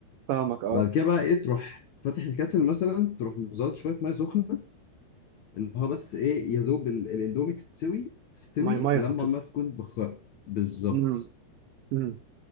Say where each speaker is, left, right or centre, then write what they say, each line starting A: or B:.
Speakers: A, on the right; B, on the left.
A: فاهمك اه
B: بعد كده بقى ايه تروح فاتح الكاتل مثلا تروح مزود شويه ميه سخنه ان هو بس ايه يا دوب ال- الاندومي تتسوي تستوي
A: ماي ماي
B: لما
A: هتد
B: الميه تكون بخار بالظبط
A: امم امم